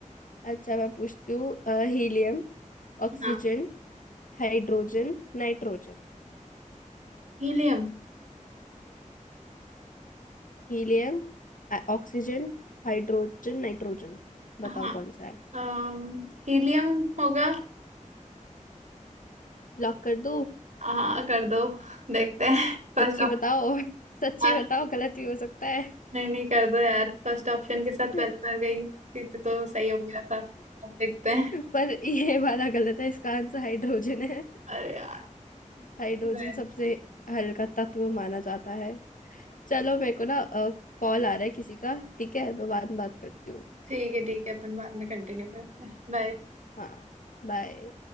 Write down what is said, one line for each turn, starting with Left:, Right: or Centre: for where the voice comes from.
Left: अच्छा मैं पूछती हूँ अ, helium oxygen
Right: हाँ
Left: hydrogen nitrogen
Right: हीलियम
Left: Helium अ, oxygen hydrogen nitrogen बताओ
Right: हाँ
Left: कौन सा है
Right: अम, हीलियम होगा
Left: लॉक कर दूँ
Right: हाँ कर दो देखते हैं First
Left: सच्ची बताओ <laughs> सच्ची
Right: option
Left: बताओ गलत भी हो सकता है
Right: नहीं नहीं कर दो यार फर्स्ट ऑप्शन के साथ
Left: <laughs>
Right: पहले बार गई थी तो तो सही हो गया था अब देखते हैं
Left: पर ये वाला गलत है इसका आंसर हाइड्रोजन है
Right: अरे यार
Left: हाइड्रोजन
Right: मैं-
Left: सबसे हल्का तत्व माना जाता है चलो मेरे को ना कॉल आ रहा है किसी का ठीक है मैं बाद में बात करती हूँ
Right: ठीक है ठीक है अपन बाद में कंटिन्यू करते हैं बाय
Left: हाँ बाय